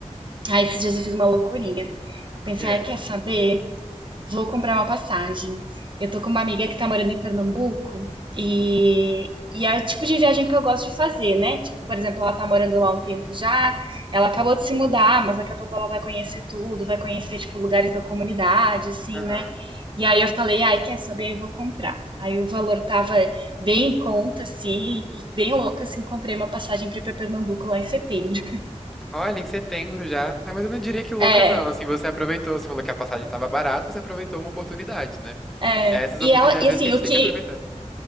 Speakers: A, on the right (about 40°); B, in the centre.
A: Aí esses dias eu fiz uma loucurinha. Pensei,
B: O que é?
A: ai, quer saber? Vou comprar uma passagem. Eu tô com uma amiga que tá morando em Pernambuco e, e é o tipo de viagem que eu gosto de fazer, né? Tipo, por exemplo, ela tá morando lá um tempo já, ela acabou de se mudar, mas daqui a pouco ela vai conhecer tudo, vai conhecer, tipo, lugares da comunidade, assim,
B: Aham.
A: né? E aí eu falei, ai, quer saber? Eu vou comprar. Aí o valor tava bem em conta, assim, e bem louca, assim, comprei uma passagem pra ir pra Pernambuco lá em setembro.
B: Olha, em setembro já. Ah, mas eu não diria que louca,
A: É,
B: não. Assim, você aproveitou, você falou que a passagem estava barata, você aproveitou uma oportunidade, né?
A: é.
B: É essas
A: E
B: oportunidades
A: ela, e
B: às
A: assim,
B: vezes que a gente
A: o
B: tem
A: que,
B: que aproveitar.